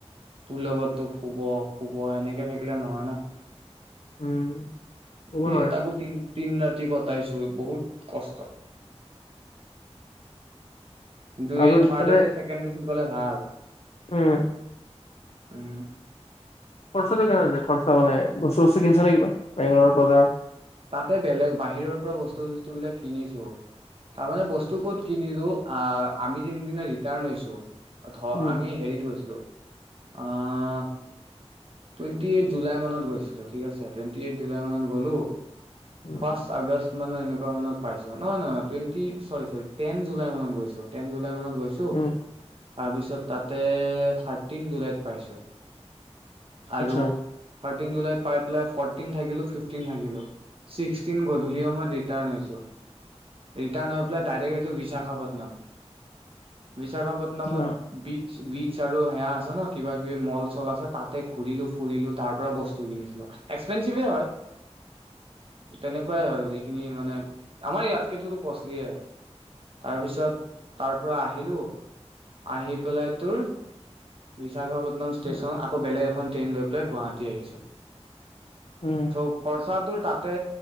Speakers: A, on the right; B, on the left.
A: তোৰ লগত, শু, শুব এনেকে থাকিলে নহয় ন?
B: উম, ক'ব
A: সেই
B: নোৱাৰে
A: তাকো, তিন, তিন ৰাতি কটাইছো বহুত কষ্ট। কিন্তু
B: আৰু
A: এই, থাৰ্ড
B: তাতে
A: এচি, ছেকেণ্ড এচিত গ'লে ভাল।
B: উম
A: উম,
B: খৰচাটো কেনে যায়, খৰচা মানে বস্তু, বস্তু, কিনছে নে, কিবা বেংগলৰ বজাৰ।
A: তাতে বেলেগ বাহিৰৰ পৰা বস্তু চস্তুবলাক কিনিছো। তাৰমানে বস্তু ক'ত কিনিলো, অ, আমি যোনদিনা ৰিটাৰ্ণ হৈছো। ধৰা,
B: উম
A: আমি হেৰিত গৈছিলো, আহ টুৱেণ্টি এইট জুলাই মানত গৈছিলো, ঠিক আছে, টুৱেণ্টি এইট জুলাই মানত গ'লো।
B: উম
A: ফষ্ট, আগষ্ট। এনেকুৱা মানত পাইছো, নহয়, নহয়, টেন, জুলাই মানত গৈছো, টেন জুলাই মানত গৈছো।
B: উম
A: তাৰ পিছত তাতে, থাৰ্টিন জুলাইত পাইছো। আৰু
B: আচ্ছা
A: থাৰ্টিন জুলাইত পাই পেলাই, ফৰ্টিন থাকিলো, এই ফিফটিন থাকিলো। ছিক্সটিন, গধূলি সময় ৰিটাৰ্ণ হৈছো। ৰিটাৰণ হৈ পেলাই, ডাইৰেট আহিছো, বিশাখাপত্তনম বিশাখাপত্তনম নামত
B: অ
A: বিচ- বিচ আৰু সেয়া আছে ন, কিবা কিবি মল, চল আছে তাতে ঘুৰিলো ফুৰিলো তাৰ পৰা বস্তু কিনিছিলো, এক্সপেঞ্চিভে হয়। তেনেকুৱাই আৰু যিখিনি মানে, আমাৰ ইয়াতকেটো কষ্টলিয়ে হয়। তাৰপিছত তাৰ পৰা আহিলো। আহি পেলাই টোৰ বিশাখাপত্তনম ষ্টেচন
B: উম
A: আকৌ বেলেগ এখন ট্ৰেইন লৈ পেলে গুৱাহাটী আহিছো। <inaudible>
B: উম
A: খৰ্চাটো তাতে,